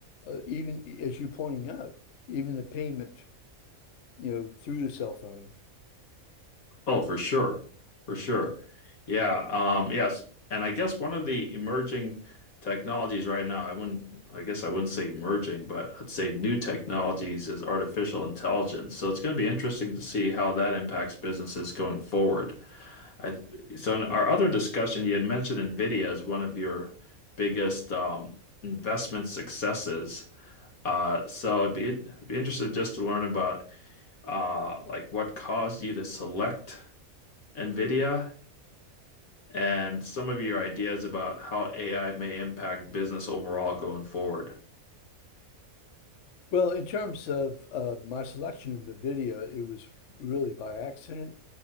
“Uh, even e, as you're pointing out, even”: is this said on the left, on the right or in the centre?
Left